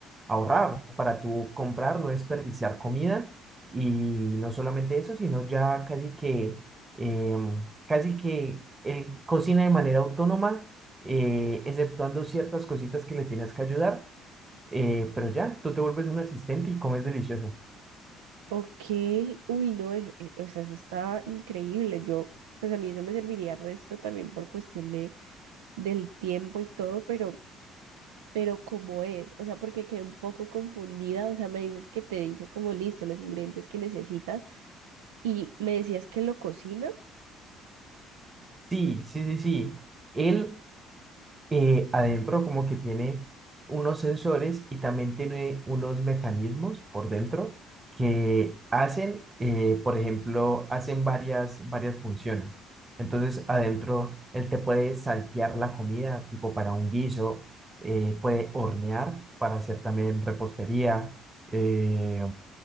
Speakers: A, on the right (about 25°); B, on the right (about 70°).
A: ahorrar, para tú comprar, no desperdiciar comida. Y no solamente eso, sino ya casi que, em, casi que él cocina de manera autónoma, eh, exceptuando ciertas cositas que le tienes que ayudar. eh, pero ya, tú te vuelves un asistente y comes delicioso.
B: ok. Uy, no, es- eh, o sea, eso está increíble. Yo, pues a mí eso me serviría resto también por cuestión de, del tiempo y todo, pero, pero ¿cómo es? O sea, porque quedé un poco confundida. O sea, me dices que te dice como listo los ingredientes que necesitas y me decías que lo cocina.
A: Sí, sí, sí, sí. Él eh, adentro como que tiene unos sensores y también tiene unos mecanismos por dentro que hacen, eh, por ejemplo, hacen varias, varias funciones. Entonces, adentro él te puede saltear la comida, tipo para un guiso, eh, puede hornear para hacer también repostería. eh,